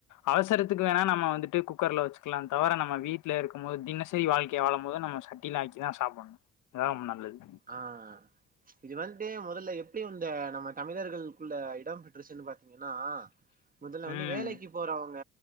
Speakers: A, on the left; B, on the right.
A: அவசரத்துக்கு வேணா நம்ம வந்துட்டு குக்கர்ல வச்சுக்கலாம் தவிர நம்ம வீட்டுல இருக்கும் போது தினசரி வாழ்க்கைய வாழும் போது நம்ம சட்டியில ஆக்கி தான் சாப்பிடணும் அதான் நல்லது
B: ஆஹ் இது வந்து முதல்ல எப்படி இந்த நம்ம தமிழர்களுக்குள்ள இடம் பெற்றுருச்சுன்னு பாத்த ன்னா முதல்ல வந்து
A: ம்
B: வேலைக்கு போறவங்க